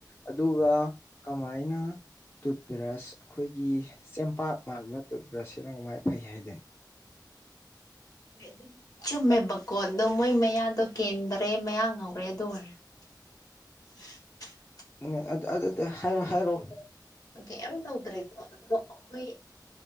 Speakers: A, on the left; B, on the left.
A: ꯑꯗꯨ ꯀꯃꯥꯏꯅ ꯇꯨꯠꯕ꯭ꯔꯁ ꯑꯩꯈꯣꯏꯒꯤ ꯆꯦꯡꯄꯥꯛ ꯃꯥꯟꯕ ꯇꯨꯠꯕ꯭ꯔ ꯁꯤ ꯅ ꯃꯥꯏ ꯐꯩ ꯍꯥꯏ
B: ꯍꯣꯏ ꯑꯗꯨꯝ ꯆꯨꯝꯃꯦꯕꯀꯣ ꯑꯗꯣ ꯃꯣꯏ ꯃꯌꯥꯗ ꯇꯣ ꯀꯦꯟꯗꯔꯦ ꯃꯌꯥ ꯉꯧꯔꯦ ꯑꯗꯨ ꯑꯣꯏꯔꯦ <unintelligible>
A: ꯎ ꯑꯗꯨ ꯍꯥꯏꯔ ꯍꯥꯏꯔꯛꯑꯣ
B: ꯀꯩꯌꯥꯝꯝ ꯇꯧꯗ꯭ꯔꯦꯀꯣ ꯑꯗꯣ ꯑꯩꯈꯣꯏ ꯎ